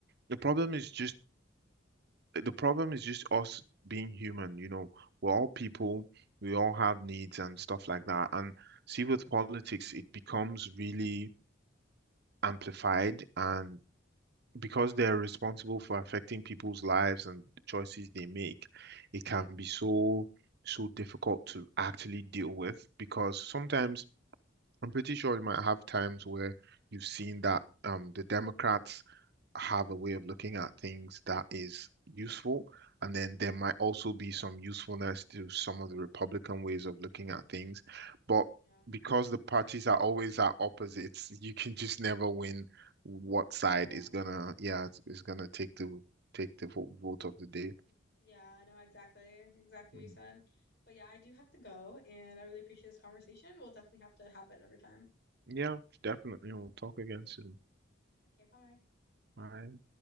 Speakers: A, on the right; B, on the left.
A: the problem is just the problem is just us being human, you know. We're all people, we all have needs and stuff like that. And see with politics, it becomes really amplified and because they're responsible for affecting people's lives and the choices they make, it can be so so difficult to actually deal with because sometimes I'm pretty sure you might have times where you've seen that um, the Democrats have a way of looking at things that is useful, and then there might also be some usefulness to some of the Republican ways of looking at things. But
B: yeah,
A: because the parties
B: exactly.
A: are always at opposites, <laughs> you can just never win what side
B: Yeah.
A: is gonna, yeah, it's, it's gonna take the take the vo- vote of the day.
B: Y- Yeah, I know exactly exactly
A: Mm.
B: what you said. But yeah, I do have to go and I really appreciate this conversation. We'll definitely have to have it another time.
A: Yeah, definitely. We'll talk again soon.
B: Okay, bye.
A: Bye.